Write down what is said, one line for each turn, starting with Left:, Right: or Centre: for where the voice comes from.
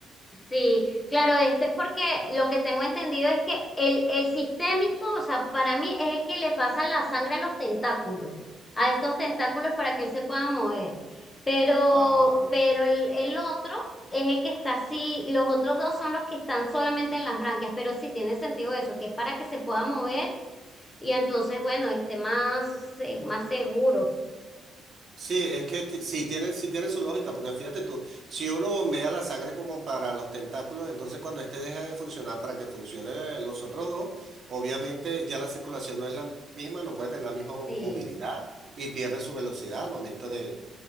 Left: Sí, claro, esto es porque lo que tengo entendido es que el, el sistémico, o sea, para mí es el que le pasa la sangre a los tentáculos, a estos tentáculos para que él se pueda mover. Pero,
Right: Ah,
Left: pero el, el otro es el que está así, los otros dos son los que están solamente en las branquias, pero sí tiene sentido eso, que es para que se pueda mover y entonces, bueno, esté más, eh, más seguro.
Right: Sí, es que ti- sí tiene, sí tiene su lógica, porque fíjate tú, si uno bombea la sangre como para los tentáculos, entonces cuando este deja de funcionar para que funcione los otros dos, obviamente ya la circulación no es la misma, no puede tener la misma mo-
Left: Sí.
Right: movilidad y pierde su velocidad al momento de,